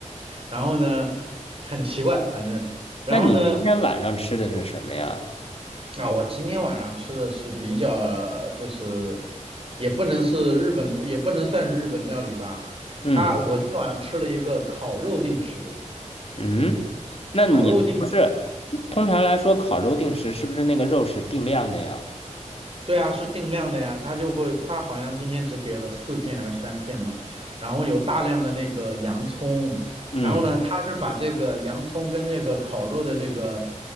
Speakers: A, on the right (about 45°); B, on the left (about 50°).
A: 然后呢，很奇怪，反然后呢，
B: 那你今天晚上吃的是什么呀？
A: 啊，我今天晚上吃的是比较，呃就是也不能是日本，也不能算是日本料理吧，
B: 嗯
A: 他我今天晚上吃了一个烤肉定食，
B: 嗯，那你不是
A: 烤肉定。
B: 通常来说烤肉定时是不是那个肉是定量的呀？
A: 对啊，是定量的呀，他就会，他好像今天只给了四片还是三片吧，然后有大量的那个洋葱，
B: 嗯，
A: 然后呢，他是把这个洋葱跟这个烤肉的这个，